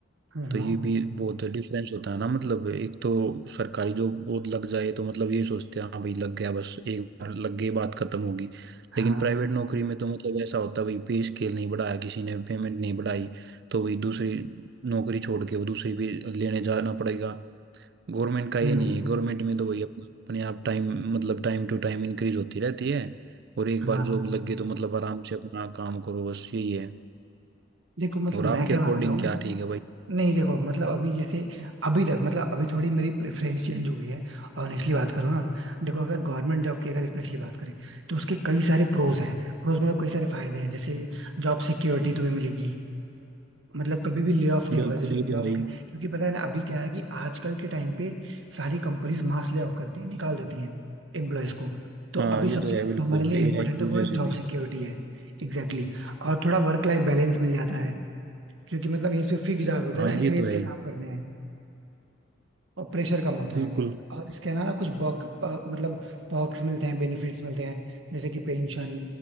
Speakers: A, on the right; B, on the right.
A: हाँ
B: तो ये भी बहुत डिफरेंस होता है ना मतलब एक तो सरकारी जॉब वो लग जाए तो मतलब ये सोचते हैं हाँ भाई लग गया बस एक बार लग गई बात खत्म होगी
A: हाँ
B: लेकिन प्राइवेट नौकरी में तो मतलब ऐसा होता है भाई पे स्केल नहीं बढ़ाया किसी ने पेमेंट नहीं बढ़ाई तो भाई दूसरी नौकरी छोड़ के वो दूसरी भी लेने जाना पड़ेगा गवर्नमेंट का ये
A: हम्म,
B: नहीं है गवर्नमेंट में तो भाई अपना- अपने आप टाइम मतलब टाइम टू टाइम इंक्रीज होती रहती है और एक
A: हाँ
B: बार जॉब लग गई तो मतलब आराम से अपना काम करो बस यही है
A: देखो मतलब
B: और
A: मैं
B: आपके
A: क्या
B: अकॉर्डिंग
A: मानता हूँ
B: क्या ठीक है भाई
A: नहीं देखो मतलब अभी जैसे अभी तक मतलब अभी थोड़ी मेरी प्रेफरेंस चेंज हो गई है ऑनेस्टली बात करूँ ना देखो अगर गवर्नमेंट जॉब की अगर स्पेशली बात करें तो उसके कई सारे प्रोज हैं प्रोज मतलब कई सारे फायदे हैं जैसे जॉब सिक्योरिटी तुम्हें मिलेगी मतलब कभी भी ले ऑफ नहीं
B: बिल्कुल
A: होगा जैसे ले
B: ये तो
A: ऑफ
B: है ही
A: के क्योंकि पता है ना अभी क्या है कि आजकल के टाइम पे सारी कंपनीज मास ले ऑफ करती हैं निकाल देती हैं एम्प्लॉयज को तो
B: हाँ
A: अभी
B: ये
A: सबसे
B: तो है
A: जो
B: बिल्कुल
A: हमारे लिए इम्पोर्टेंट
B: एआई की
A: है
B: वजह
A: वो है
B: से
A: जॉब
B: भी
A: सिक्योरिटी है Exactly exactly. और थोड़ा वर्क लाइफ बैलेंस मिल जाता है क्योंकि मतलब इसमें फिक्स आवर्स होते
B: हाँ
A: हैं ना इतने
B: ये
A: ही
B: तो
A: तुम्हें
B: है ही
A: काम करने हैं और प्रेशर कम होता
B: बिल्कुल
A: है और इसके अलावा कुछ बॉक अ, मतलब perks मिलते हैं बेनिफिट्स मिलते हैं जैसे कि pension